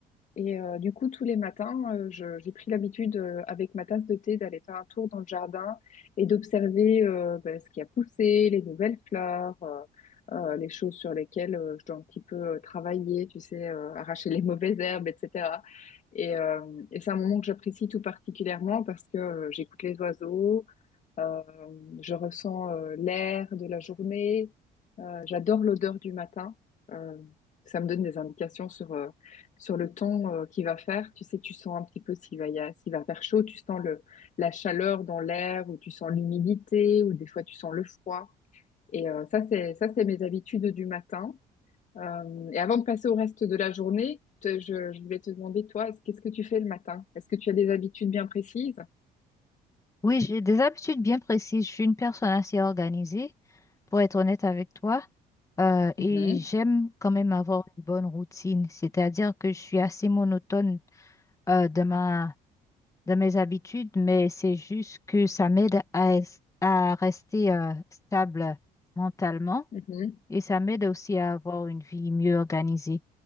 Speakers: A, on the left (about 45°); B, on the left (about 20°).
A: et euh, du coup, tous les matins, euh, je- j'ai pris l'habitude, euh, avec ma tasse de thé, d'aller faire un tour dans le jardin et d'observer euh, ben, ce qui a poussé, les nouvelles fleurs, euh, euh, les choses sur lesquelles euh, je dois un petit peu euh, travailler, tu sais, euh, arracher les <laughs> mauvaises herbes, etc. Et, euh, et c'est un moment que j'apprécie tout particulièrement parce que euh, j'écoute les oiseaux, euh, je ressens euh, l'air de la journée. Euh, j'adore l'odeur du matin. Euh, ça me donne des indications sur, euh, sur le temps euh, qu'il va faire. Tu sais, tu sens un petit peu s'il va, y a- s'il va faire chaud. Tu sens le, la chaleur dans l'air ou tu sens l'humidité ou des fois tu sens le froid. Et euh, ça, c'est, ça, c'est mes habitudes du matin. Euh, et avant de passer au reste de la journée, te- je, je voulais te demander, toi, est-ce- qu'est-ce que tu fais le matin? Est-ce que tu as des habitudes bien précises?
B: Oui, j'ai des habitudes bien précises. Je suis une personne assez organisée, pour être honnête avec toi, euh, et
A: Mhm,
B: j'aime quand même avoir une bonne routine, c'est-à-dire que je suis assez monotone euh, dans ma de mes habitudes, mais c'est juste que ça m'aide à, es- à rester euh, stable mentalement
A: mhm,
B: et ça m'aide aussi à avoir une vie mieux organisée.